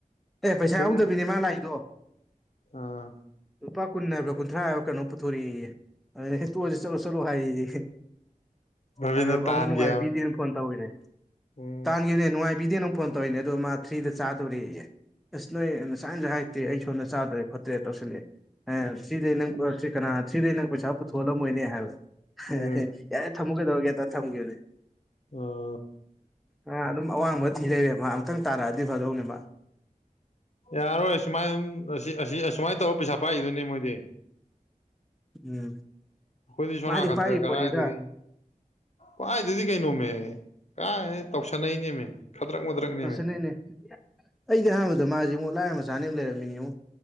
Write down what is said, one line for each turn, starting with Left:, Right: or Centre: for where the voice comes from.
Centre: ꯑꯦ ꯄꯩꯁꯥ
Left: ꯑꯩꯈꯣꯏꯗꯤ
Centre: ꯌꯥꯗꯕꯤꯅꯦ ꯃꯥ ꯂꯥꯏꯗꯣ
Left: ꯑꯥ
Centre: ꯂꯨꯄꯥ ꯀꯨꯟ ꯍꯥꯏꯕ꯭ꯔꯥ ꯀꯨꯟꯊ꯭ꯔꯥ ꯍꯥꯏꯕ ꯀꯩꯅꯣꯝ ꯄꯨꯊꯣꯔꯛꯏ ꯑꯗ ꯇꯣꯁꯤꯦ ꯆꯠꯂꯣ ꯆꯠꯂꯣ ꯍꯥꯏꯌꯦꯌꯦ
Left: ꯔꯕꯤꯟꯅ
Centre: ꯑꯗ
Left: ꯇꯥꯟꯒꯤ
Centre: ꯑꯃꯨꯛ ꯅꯨꯡꯉꯥꯏꯕꯤꯗꯦꯅ
Left: ꯍꯥꯏꯕꯅꯤ
Centre: ꯐꯣꯟ ꯇꯧꯋꯤꯅꯦ
Left: ꯎꯝ
Centre: ꯇꯥꯟꯈꯤꯕꯅꯦ ꯅꯨꯡꯉꯥꯏꯕꯤꯗꯦ ꯅꯪ ꯐꯣꯟ ꯇꯧꯔꯤꯏꯅꯦ ꯑꯗꯣ ꯃꯥ ꯊ꯭ꯔꯤꯗ ꯆꯥꯗꯣꯔꯤꯦ ꯑꯁ ꯅꯣꯏ ꯉꯁꯥꯏꯝꯁꯨ ꯍꯥꯏꯔꯛꯇꯦ ꯑꯩ ꯁꯣꯟꯝꯗ ꯆꯥꯗ꯭ꯔ ꯈꯣꯠꯇ꯭ꯔꯦ ꯇꯧꯁꯤꯜꯂꯛꯑꯦ ꯑꯦ ꯊ꯭ꯗꯩ ꯅꯪ ꯀꯅꯥ ꯊ꯭ꯗꯩ ꯅꯪ ꯄꯩꯁꯥ ꯄꯨꯊꯣꯛꯍꯜꯂꯝꯃꯣꯏꯅꯦ ꯍꯥꯏꯕ
Left: ꯎꯝ
Centre: ꯦ ꯌꯥꯔꯦ ꯊꯃꯒꯗꯧꯔꯒꯦ ꯊꯝꯈꯤꯕꯅꯦ
Left: ꯎꯝ
Centre: ꯑꯥ ꯑꯗꯨꯝ ꯑꯋꯥꯡꯕ ꯊꯤꯖꯩꯔꯦ ꯃꯥ ꯑꯝꯛꯇꯪ ꯇꯥꯔꯛꯑꯗꯤ ꯐꯗꯧꯅꯦ ꯃꯥ
Left: ꯌꯥꯔꯣꯏ ꯁꯨꯃꯥꯏꯅ ꯑꯁꯤ ꯑꯁꯨꯃꯥꯏꯅ ꯇꯧꯔ ꯄꯩꯁꯥ ꯄꯥꯛꯏꯗꯨꯣꯏꯅꯦ ꯃꯣꯏꯗꯤ
Centre: ꯎꯝ
Left: ꯈꯨꯣꯏꯗꯤ ꯁꯣꯅꯥ
Centre: ꯃꯥꯗꯤ
Left: ꯀꯟꯗ
Centre: ꯄꯥꯏꯔꯤ
Left: ꯀꯔꯗꯒ
Centre: ꯄꯣꯠꯅꯤꯗ
Left: ꯋꯥꯏꯗꯗꯤ ꯀꯩꯅꯣꯃꯦ ꯀꯥꯏ ꯇꯧꯁꯟꯅꯩꯅꯦꯃꯦ ꯈꯗ꯭ꯔꯛ ꯃꯗ꯭ꯔꯛꯅꯦꯃꯦ
Centre: ꯅꯣꯠꯁꯟꯅꯩꯅꯦ ꯑꯩꯗꯤ ꯑꯍꯥꯟꯕꯗ ꯃꯥꯁꯦ ꯑꯃꯨꯛ ꯂꯥꯏ ꯑꯃ ꯃꯆꯥꯅꯦ ꯑꯃ ꯂꯩꯔꯝꯃꯤꯅꯦ ꯑꯃꯉꯛ